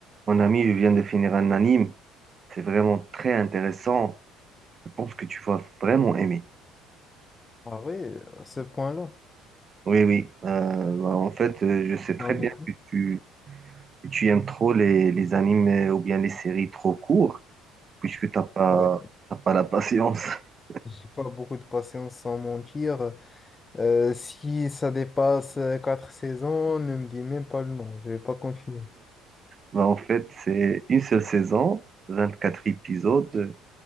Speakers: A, on the right; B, on the left.
A: Mon ami, je viens de finir un anime. C'est vraiment très intéressant. Je pense que tu vas vraiment aimer.
B: Ah ouais, à ce point-là.
A: Oui, oui. Euh, bah, en fait, euh, je sais très
B: Ah, beaucoup.
A: bien que tu, que tu aimes trop les, les animes euh, ou bien les séries trop courtes, puisque t'as pas,
B: Ouais.
A: t'as pas la patience. <laughs>
B: J'ai pas beaucoup de patience sans mentir. Euh, si ça dépasse euh, quatre saisons, ne me dis même pas le nom, je vais pas continuer.
A: Bah, en fait, c'est une seule saison, 24 épisodes.